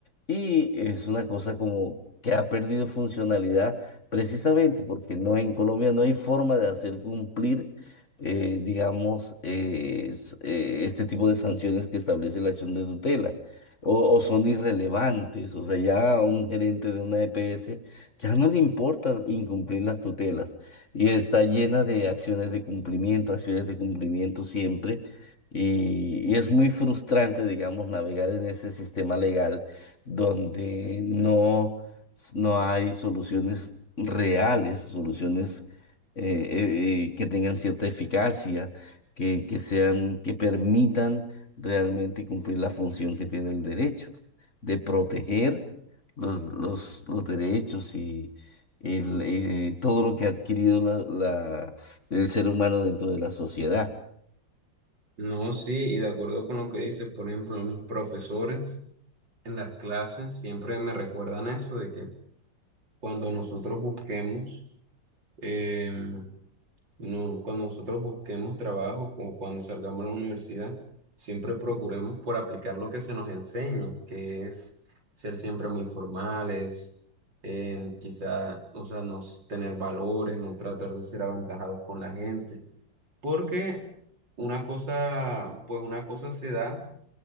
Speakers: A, on the left (about 40°); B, on the right (about 70°).
A: y es una cosa como que ha perdido funcionalidad precisamente porque no en Colombia no hay forma de hacer cumplir, eh, digamos, eh, s- eh, este tipo de sanciones que establece la acción de tutela. O, o son irrelevantes, o sea, ya a un gerente de una EPS ya no le importa incumplir las tutelas y está llena de acciones de cumplimiento, acciones de cumplimiento siempre y, y es muy frustrante, digamos, navegar en ese sistema legal donde no, no hay soluciones reales, soluciones eh, eh, eh, que tengan cierta eficacia, que, que sean, que permitan realmente cumplir la función que tiene el derecho, de proteger los, los, los derechos y el, eh, todo lo que ha adquirido la, la- el ser humano dentro de la sociedad.
B: No, sí, y de acuerdo con lo que dices, por ejemplo, mis profesores en las clases siempre me recuerdan eso, de que cuando nosotros busquemos, em, no, cuando nosotros busquemos trabajo o cuando salgamos a la universidad, siempre procuremos por aplicar lo que se nos enseña, que es ser siempre muy formales, em, quizá, o sea, no s- tener valores, no tratar de ser aventajados con la gente, porque una cosa, pues una cosa se da